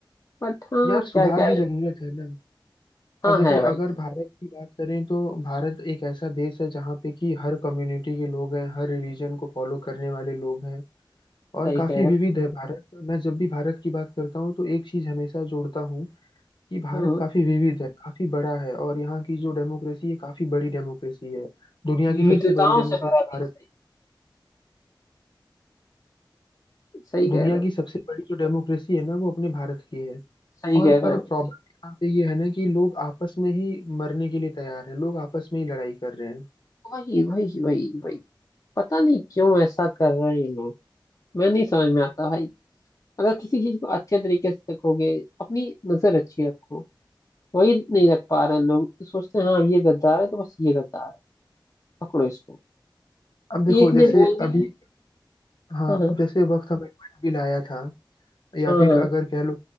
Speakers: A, on the left; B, on the left.
A: बट हाँ
B: यार सुधार
A: क्या क्या
B: की
A: है
B: जरूरत है ना
A: हाँ
B: अब देखो
A: है भाई
B: अगर भारत की बात करें तो भारत एक ऐसा देश है जहाँ पे कि हर कम्युनिटी के लोग हैं हर रिलीजन को फॉलो करने वाले लोग हैं और
A: सही
B: काफी
A: कह रहे
B: विविध
A: हो
B: है भारत मैं जब भी भारत की बात करता हूँ तो एक चीज हमेशा जोड़ता हूँ कि भारत
A: हम्म,
B: काफी विविध है काफी बड़ा है और यहाँ की जो डेमोक्रेसी है काफी बड़ी डेमोक्रेसी है दुनिया
A: विविधताओं
B: की सबसे बड़ी डेमोक्रेसी
A: से भरा देश
B: भारत
A: है सही कह
B: दुनिया
A: रहे हो
B: की सबसे बड़ी जो डेमोक्रेसी है ना वो अपने भारत की है
A: सही
B: और
A: कह रहे
B: पर
A: हो
B: प्रॉब्लम यहाँ पे ये है ना कि लोग आपस में ही मरने के लिए तैयार हैं लोग आपस में ही लड़ाई कर रहे हैं
A: वही वही वही वही पता नहीं क्यों ऐसा कर रहे हैं ये लोग मैं नहीं समझ में आता भाई अगर किसी चीज को अच्छे तरीके से देखोगे अपनी नजर अच्छी रखो वही नहीं रख पा रहे हैं लोग तो सोचते हैं हाँ ये गद्दार है तो बस ये गद्दार है पकड़ो इसको
B: अब देखो
A: एक
B: जैसे
A: ने बोल दिया
B: अभी हाँ
A: हाँ हाँ
B: अब जैसे वक्त अमेंडमेंट बिल आया था या
A: हाँ
B: फिर
A: हाँ
B: अगर कह लो